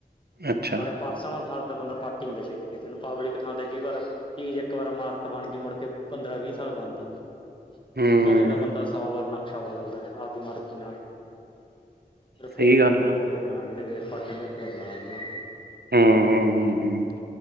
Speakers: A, on the right (about 70°); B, on the left (about 30°).
A: ਅੱਛਾ
B: ਨਾਲੇ ਪਰਸਨਲ ਥਾਂ ਤੇ ਬੰਦਾ ਪੱਟ ਈ ਦਿੰਦੈ ਛੇਤੀ-ਛੇਤੀ ਹੁਨ ਪਬਲਿਕ ਥਾਂ ਤੇ ਕਈ ਵਾਰ ਚੀਜ਼ ਇਕ ਵਾਰ ਇਮਾਰਤ ਬਨਗੀ ਮੁੜਕੇ ਪੰਦਰਾਂ ਵੀਹ ਸਾਲ ਬਨਦੀ ਨੀ।
A: ਹੂੰ
B: ਘਰੇ ਤਾ ਬੰਦਾ ਸੌ ਵਾਰ ਨਕਸ਼ਾ ਬਦਲਦਾ ਆਪਦੀ ਮਰਜ਼ੀ ਨਾਲ। ਫੇਰ
A: ਸਹੀ ਗੱਲ
B: ਪਾਟਨ
A: ਆ
B: ਦੇ ਫੇਰ ਲਾਂਨਦੇ ਫੇਰ ਪਾਟਨ ਦੇ ਫੇਰ ਲਾਂਨਦੇ।
A: ਹੂੰ ਹੂੰ ਹੂੰ